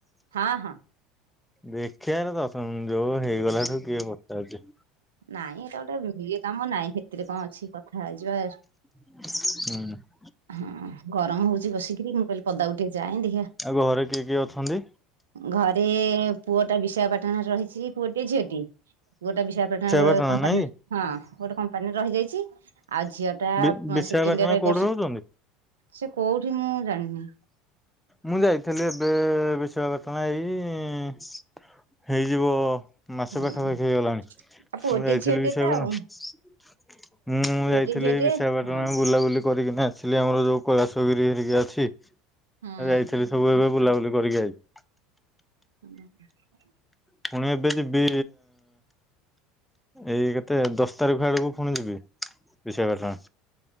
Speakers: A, on the right; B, in the centre.
A: ହଁ ହଁ।
B: ଦେଖିବାରେ ଦଶ ମ ଯୋଉ ହେଇଗଲାଠୁ କିଏ ପଚାରୁଚି।
A: ନାଇଁ ଏଟା ଗୋଟେ ଏଇ କାମ ନାଇଁ ହେଥିରେ କଣ ଅଛି କଥା ହେଇ ଯିବା।
B: ହୁଁ।
A: ହଁ ଗରମ ହଉଛି ବସିକିରି ମୁଁ କହିଲି ପଦାକୁ ଟିକେ ଯାଏଁ ଦେଖିଆଁ।
B: ଆଉ ଘରେ କିଏ କିଏ ଅଛନ୍ତି?
A: ଘରେ ପୁଅ ଟା ବିଶାଖାପାଟାଣାରେ ରହିଛି ପୁଅଟି ଝିଅଟିଏ ପୁଅ ଟା ବିଶାଖା ପାଟାଣାରେ ଗୋ
B: ପାଟଣା
A: କମ୍ପାନୀରେ
B: ନାଇଁ
A: ହଁ ଗୋଟେ କମ୍ପାନୀରେ ରହିଯାଇଛି। ଆଉ ଝିଅ ଟା
B: କି ବିଶାଖା
A: ସେକେଣ୍ଡିଇୟର
B: ପାଟଣା କୋଉଠି
A: ଏବର୍ଷ
B: ରହୁଛନ୍ତି?
A: ସେ କୋଉଠି ମୁଁ ଜାଣିନି।
B: ମୁଁ ଯାଇଥିଲି ଏବେ ବିଶାଖାପାଟଣା ଏଇ ହେଇଯିବ ମାସେ
A: ହୁଁ
B: ପାଖା ପାଖି ହେଇଗଲାଣି
A: ଆଉ ପୁଅଟିଏ
B: ମୁଁ ଯାଇଥିଲି
A: ଝିଅଟିଏ
B: ବିଶାଖାପାଟଣା।
A: ତ ଆଉ
B: ମୁଁ
A: ପୁଅଟିଏ
B: ଯାଇଥିଲି
A: ଝିଅଟିଏ
B: ବିଶାଖାପାଟଣା
A: ହଁ।
B: ବୁଲାବୁଲି କରିକି ନା ଆସିଲି ଆମର ଯୋଉ କୈଳାଶ ଗୀରି ହେରିକା ଅଛି।
A: ହଁ
B: ଯାଇଥିଲି ସବୁ ଏବେ ବୁଲାବୁଲି କରିକି ଆଇଲି।
A: ହୁଁ।
B: ପୁଣି ଏବେ ଯିବି ଏଇ କେତେ ଦଶ ତାରିଖ। ଦଶ ତାରିଖକୁ ଫୁଣି ଯିବି ବିଶାଖାପାଟଣା।